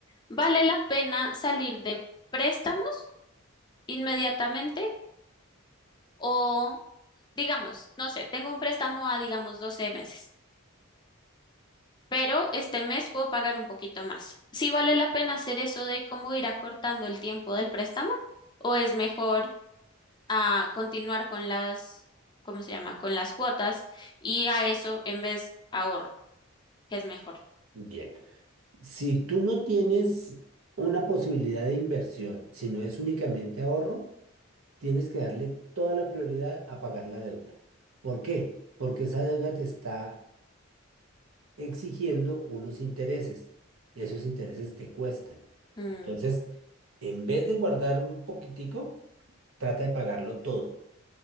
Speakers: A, on the left (about 20°); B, on the right (about 85°).
A: ¿Vale la pena salir de préstamos inmediatamente? O, digamos, no sé, tengo un préstamo a, digamos, 12 meses, pero este mes puedo pagar un poquito más. ¿Sí vale la pena hacer eso de cómo ir acortando el tiempo del préstamo? ¿O es mejor ah, continuar con las, ¿cómo se llama? Con las cuotas y a eso en vez ahorro, que es mejor.
B: bien. Si tú no tienes una posibilidad de inversión, sino es únicamente ahorro, tienes que darle toda la prioridad a pagar la deuda. ¿Por qué? Porque esa deuda te está exigiendo unos intereses. Esos intereses te cuestan.
A: Mm,
B: Entonces, en vez de guardar un poquitico, trata de pagarlo todo